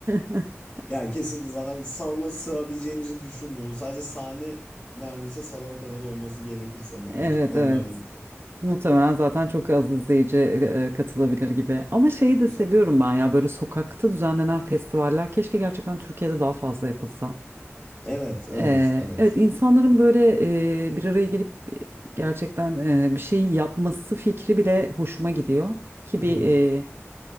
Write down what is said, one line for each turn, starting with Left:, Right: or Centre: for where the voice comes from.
Right: <laughs>
Left: Ya kesinlikle zaten salona sığabileceğimizi düşünmüyorum. Sadece sahne neredeyse salon kadar olması gerekir sanırım
Right: Evet
Left: ekipmanlarla
Right: evet.
Left: birlikte.
Right: Muhtemelen zaten çok az izleyici e, katılabilir gibi. Ama şeyi
Left: <laughs>
Right: de seviyorum ben ya böyle sokakta düzenlenen festivaller keşke gerçekten Türkiye'de daha fazla yapılsa.
Left: Evet, evet,
Right: Ee,
Left: evet.
Right: evet insanların böyle e, bir araya gelip gerçekten e, bir şey yapması fikri bile hoşuma gidiyor. Ki
Left: <laughs>
Right: bir e,